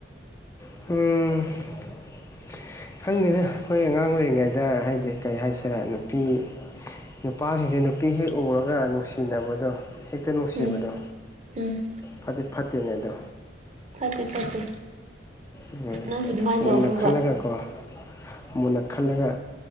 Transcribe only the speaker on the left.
<unintelligible> ꯈꯪꯗꯦꯗ ꯑꯩꯈꯣꯏ ꯑꯉꯥꯡ ꯑꯣꯏꯔꯤꯉꯩꯗ ꯍꯥꯏꯗꯤ ꯀꯩ ꯍꯥꯏꯁꯤꯔꯥ ꯅꯨꯄꯤ ꯅꯨꯄꯥꯁꯤꯡꯁꯦ ꯅꯨꯄꯤ ꯍꯦꯛ ꯎꯔꯒ ꯅꯨꯡꯁꯤꯅꯕꯗꯣ ꯍꯦꯛꯇ ꯅꯨꯡꯁꯤꯕꯗꯣ
ꯐꯗꯤ ꯐꯠꯇꯦꯅꯦ ꯑꯗꯣ
ꯎꯝ
ꯃꯨꯟꯅ
ꯈꯜꯂꯒ ꯀꯣ ꯃꯨꯟꯅ ꯈꯜꯂꯒ